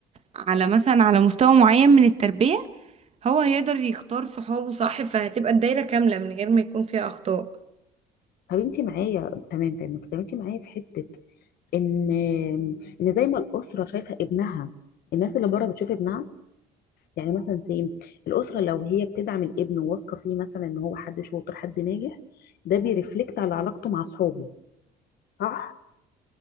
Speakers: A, on the right (about 40°); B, on the left (about 65°).
A: على مثلا على مستوى معين من التربية هو هيقدر يختار صحابه صح فهتبقى الدايرة كاملة من غير ما يكون فيها أخطاء
B: طب انت معايا تمام تمام طب انت معايا في حته ان ان زي ما الاسره شايفه ابنها الناس اللي بره بتشوف ابنها يعني مثلا سي الاسره لو هي بتدعم الابن وواثقه فيه مثلا ان هو حد شاطر حد ناجح ده بيرفلكت على علاقته مع اصحابه صح